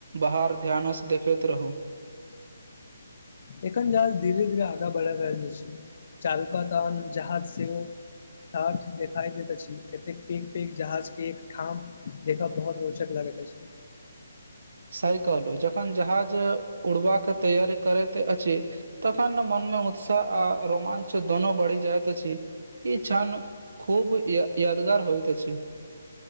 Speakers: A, on the right; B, on the left.
A: बाहर ध्यानस देखैत रहू।
B: एखन जहाज धीेरे धीरे आगाँ बढ़ा रहल अछि चारु कात तान जहाज सेहो <unintelligible> देखाइ देैत अछि एतेक पैघ पैघ जहाज के एक ठाम देखब बहुत रोचक लगैत अछि।
A: साइकल जखन जहाज उड़बाक तैयारी करैत अछि। तखन मनमे उत्साह आ रोमाञ्च दुनू बढ़ि जाइत अछि ई क्षण खूब य यादगार होइ त अछी